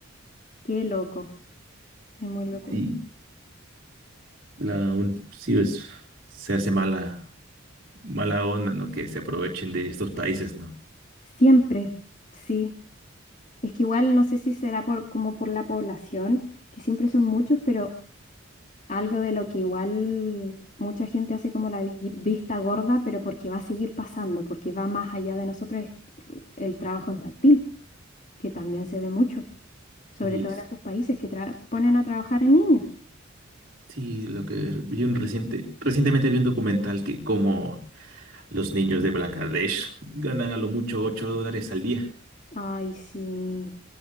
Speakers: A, on the left; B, on the right.
A: Qué loco. Es muy loco
B: Sí,
A: eso.
B: la un, sí es, se hace mala, mala onda, ¿no? Que se aprovechen de estos países, ¿no?
A: Siempre, sí. Es que igual no sé si será por, como por la población, que siempre son muchos, pero Algo de lo que igual mucha gente hace como la vi- vista gorda, pero porque va a seguir pasando, porque va más allá de nosotros, es el trabajo infantil, que también se ve mucho, sobre
B: Y
A: todo
B: s-
A: en esos países que tra- ponen a trabajar a niños.
B: sí, lo que vi un reciente, recientemente vi un documental que como los niños de Bangladesh ganan a lo mucho 8 dólares al día,
A: Ay, sí,